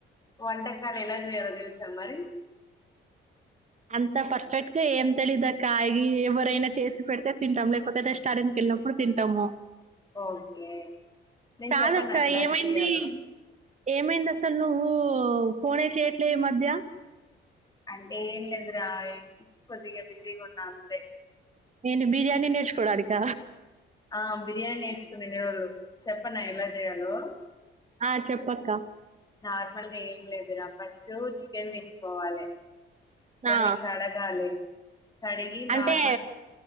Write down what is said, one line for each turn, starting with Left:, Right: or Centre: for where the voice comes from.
Left: వంటకాలు ఎలా జెయలో తెలుసా మరి
Right: అంత పర్ఫెక్ట్ గా ఏం తెలీదు అక్క ఈ ఎవ్వరైనా చేసి పెడితే తింటాం లేకపోతే రెస్టారెంట్ ఎల్లప్పుడు తింటాము
Left: ఓకే నేను
Right: కాదక్క
Left: చెప్పన ఎలా
Right: ఏమైంది
Left: చేయాలో
Right: ఏమైంది అక్క నువ్వు ఫోనె చెయట్లే ఈ మధ్య
Left: అంటే ఏం లేదుర హే కొద్దిగా బిజీగా ఉన్న అంతే
Right: ఏంటి బిర్యానీ నేర్చుకోవడానిక
Left: ఆ బిర్యానీ నేర్చుకుందేవారు చెప్ చెప్పన ఎలా చేయాలో
Right: ఆ చెప్పక్క
Left: అంత ఏం లేదుర ఫస్టు చికెన్ తీసుకోవాలె దాన్ని
Right: ఆ,
Left: కడగాలి కడిగి
Right: అంటే
Left: నార్మల్